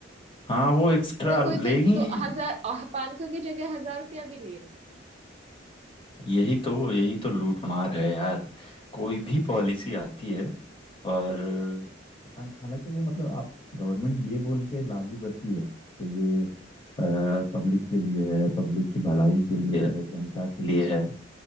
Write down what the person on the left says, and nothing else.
हाँ वो एक्स्ट्रा
लेगी
यही तो यही तो लूट मार है यार कोई भी पॉलिसी आती है और हाल- हालांकि वो मतलब आप गवर्नमेंट ये बोल के लागू करती है कि ये पब्लिक के लिए है पब्लिक की भलाई के लिए है जनता के लिए है